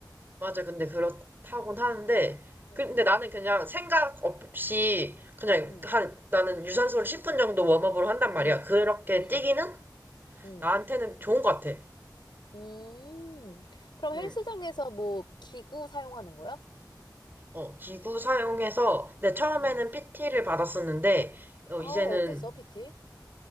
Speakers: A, on the right (about 25°); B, on the left (about 85°).
A: 맞아. 근데 그렇다곤 하는데. 근데
B: 응, 응.
A: 나는 그냥 생각 없이 그냥
B: 응.
A: 한, 나는 유산소를 10분 정도 웜업으로 한단 말이야.
B: 음,
A: 그렇게
B: 음,
A: 뛰기는
B: 음.
A: 나한테는 좋은 것 같아.
B: 음. 그럼
A: 음,
B: 헬스장에서 뭐 기구 사용하는 거야?
A: 어, 기구 사용해서, 근데 처음에는
B: 음.
A: PT를 받았었는데, 어,
B: 아,
A: 이제는
B: 어땠어, PT?